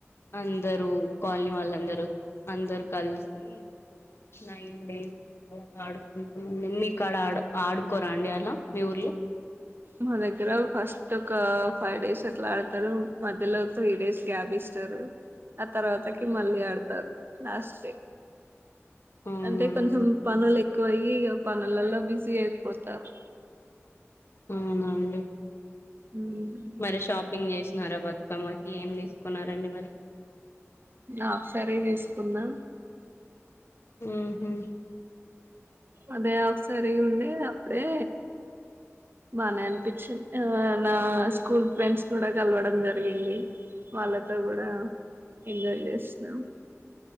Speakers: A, on the left (about 55°); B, on the right (about 45°).
A: అందరూ కాలనీ వాళ్ళందరూ అందరు కలిసి నైన్ డేస్ ఆడుకుంటా మీర్ ఇక్కడ ఆ ఆడుకోరా అండి అలా మీ ఊర్లో
B: మా దగ్గర ఫస్ట్ ఒక ఫైవ్ డేస్ అట్లా ఆడతారు మధ్యలో ఒక త్రీ డేస్ గ్యాప్ ఇస్తారు ఆ తర్వాతకి మళ్ళీ ఆడతారు లాస్ట్ డే
A: అవునా
B: అంటే కొంచెం
A: అండి,
B: పనులు ఎక్కువ అయి ఇక పనులలో బిజీ అయిపోతారు
A: అవునండి
B: ఉమ్.
A: మరి షాపింగ్ చేస్త నర బతుకమ్మకి ఏం తీసుకున్నారంండి మరి
B: ఆ సర తీసుకుందా
A: ఉమ్ హు
B: అదే సర ఉంది అప్పుడే బాగా అనిపించింది నా స్కూల్ ఫ్రెండ్స్ కూడా కలవడం జరిగింది వాళ్ళతో కూడా ఎంజాయ్ చేస్తున్నాా